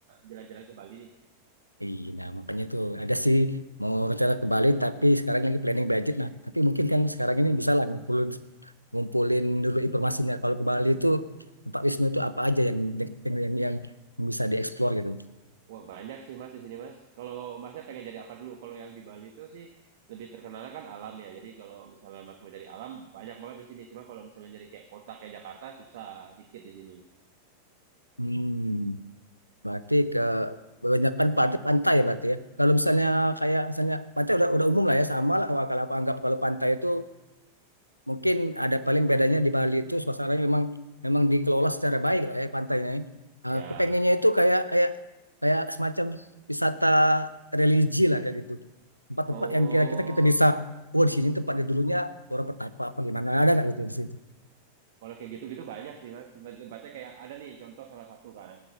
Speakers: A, on the right; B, on the left.
A: jalan-jalan ke Bali nih.
B: Iya, nah makanya tuh ada sih mau rencana ke Bali tapi sekarang lagi planning budget nah tapi mungkin kan sekarang ini bisa lah ngumpulin ngumpulin dulu informasinya kalau ke Bali itu tempat wisnu itu apa aja yang yang yang, yang bisa dieksplor gitu.
A: Wah banyak sih Mas di sini Mas. Kalau Masnya pengen jadi apa dulu? Kalau yang di Bali itu sih lebih terkenalnya kan alam ya. Jadi kalau misalnya Mas mau jadi alam, banyak banget di sini. Cuma kalau misalnya jadi kayak kota kayak Jakarta susah, dikit di sini.
B: Hmm, berarti ke kebanyakan pantai pantai ya berarti ya. Kalau misalnya kayak misalnya pantai udah udah umum lah ya sama lah Wah, kalau aku anggap kalau pantai itu Mungkin ada paling bedanya di Bali itu suasananya memang memang dikelola secara baik lah ya pantainya. ya. Eh,
A: Ya.
B: Aku pengennya itu kayak kayak kayak semacam wisata religi lah kayak gitu. Tempat-tempat
A: Oh.
B: yang kira kita kita bisa, oh di sini tempatnya dulunya orang pertapa apa gimana ada nggak gitu di situ?
A: Kalau kayak gitu-gitu banyak sih mas. Tempatnya kayak ada nih contoh salah satu kan.